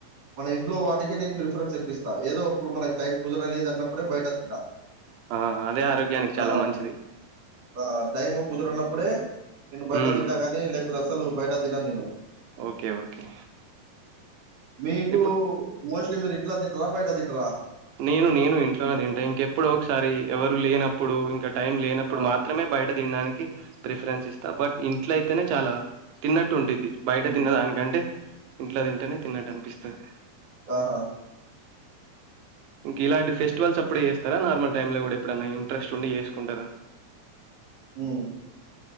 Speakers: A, on the right (about 65°); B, on the right (about 85°).
A: మన ఇంట్లో వాటికే నేను ప్రిఫరెన్స్ ఎక్కవిస్తా, ఏదో ఇప్పుడు మనకి టైం కుదరలేదు అన్నప్పుడే బయట తింటా.
B: ఆ! అదే ఆరోగ్యానికి చాలా
A: ఆ
B: మంచిది.
A: ఆ టైం కుదరనప్పు అప్పుడే నేను బయట
B: హ్మ్.
A: తింటాగాని లే అసలు <unintelligible> బయట తినను నేను.
B: ఓకే. ఓకే.
A: మీకు
B: ఇప్పుడు
A: మోస్ అంటే మీరు ఇంట్లా తింటారా బయట తింటారా?
B: నేను నేను ఇంట్లోనే తింటా. ఇంకెప్పుడు ఒకసారి ఎవరు లేనప్పుడు ఇంక. టైం లేనప్పుడు
A: ఆ
B: మాత్రమే, బయట తినడానికి ప్రిఫరెన్స్ ఇస్తా బట్ ఇంట్లో అయితేనే చాలా తిన్నట్టు. ఉంటుద్ది. బయట
A: హ్మ్
B: తిన్న దానికంటే. ఇంట్లో తింటేనే తిన్నట్టు అనిపిస్తాది.
A: ఆహా!
B: ఇలాంటి ఫెస్టివల్స్ అప్పుడే చేస్తారా? నార్మల్ టైమ్ లో కూడా ఎప్పుడన్నా ఇంట్రెస్ట్ ఉండి చేసుకుంటారా?
A: హ్మ్!